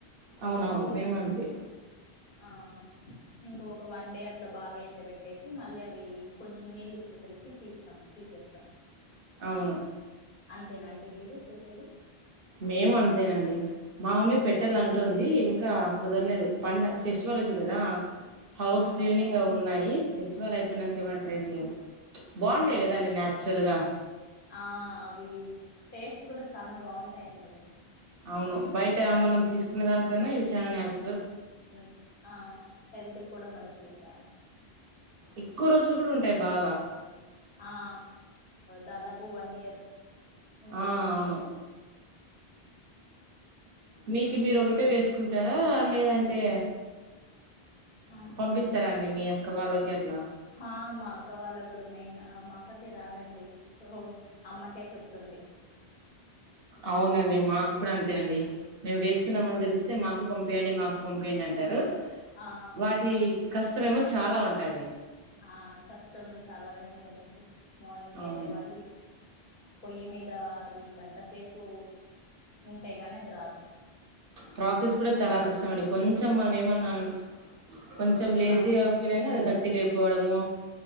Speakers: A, on the right; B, on the left.
A: అవునవును మేమంతే
B: ఆ ఇంక ఒక వన్ డే అట్ల బాగా ఎండబెట్టేసి మళ్ళీ అవి కొంచెం నీళ్ళు చల్ చిలకరిచ్చి తీస్తాం తీసేస్తాం
A: అవును
B: అంతేనా అండి మీరు చేసేది
A: మేము అంతేనండి మా మమ్మీ పెట్టాలంటుంది
B: ఆ
A: ఇంకా కుదరలేదు పండ ఫెస్టివల్ ఉది కదా హౌస్
B: ఆ!
A: క్లీనింగ్
B: అవునండి
A: అవి ఉన్నాయి ఫెస్టివల్ అయిపోయినాక ఏమైనా ట్రై చేయాలి అంతే కదండి
B: ఆ
A: నాచురల్ గా
B: ఆ అవి టేస్ట్ కూడా చానా బాగుంటాయం డి
A: అవును బయట ఆ మనం తీసుకునే దానికన్నా ఇవి చాలా నాచ్
B: ఉమ్ ఆ హెల్త్ కూడా మంచిది చానా
A: ఎక్కువ రోజులు కూడా ఉంటాయి బాగా
B: ఆ దాదాపు ఉ వన్ ఇయర్ ఉంటాయి
A: ఆ!
B: వన్
A: అవును.
B: ఇయర్
A: మీకు మీరు ఒకటే వేసుకుంటారా లేదంటే
B: ఆ
A: పంపిస్తారా
B: అంటే అండి
A: మీ అక్క వాళ్ళకి అట్లా?
B: హా మా అక్క వాళ్ళ కూడా మెయిన్ ఆ మా అక్కకే రాదండి సో అమ్మకే చెప్తుంది
A: అవునండి మాకు కూడా అంతేనండి మేము వేస్తున్నామని తెలిస్తే మాకు పంపియండి మాకు పంపియండి అంటారు
B: ఆ!
A: వాటి కష్టమేమో చాలా ఉంటాది
B: ఆ కష్టం చాలానే ఉంటదండి మార్నింగ్
A: అవును
B: ఎ లేవాలి పోయ్యి మీద్ దా అది గంట సేపు ఉంటే గానీ అది రాదు
A: ప్రాసెస్ కూడా చాలా
B: వేయడానికి.
A: కష్టం అండి కొంచెం మనం ఏమన్నా కొంచెం లేజీగా
B: ఆ!
A: ఫీల్ అయినా అది గట్ ట్టిగా అయిపోవడము